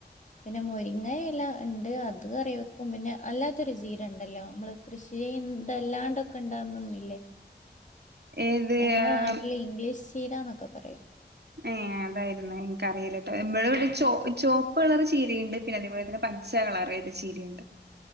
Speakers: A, on the left; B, on the right.
A: പിന്നെ മുരിങ്ങ ഇല ഇണ്ട് അത് കറി വെക്കും പിന്നെ അല്ലാത്തൊരു ചീരണ്ടല്ലോ ഇമ്മള് കൃഷ് <unintelligible> ഇതെല്ലാണ്ടൊക്ക ഇണ്ടാവുന്നൊന്നില്ലേ
B: ഏത്
A: ഞങ്ങളെ
B: ആഹ്
A: നാട്ടില് ഇംഗ്ലീഷ് ചീരാന്നൊക്ക പറിയും
B: ഏഹ് അതായിരുന്നെ ഇന്ക്കറീലട്ടോ നമ്മളവടെ ചോ ചോപ്പളർ ചീരയിണ്ട് പിന്നെ അതേപോലെ തന്നെ പ ച്ച കളറെയ്ത് ചീരയുണ്ട്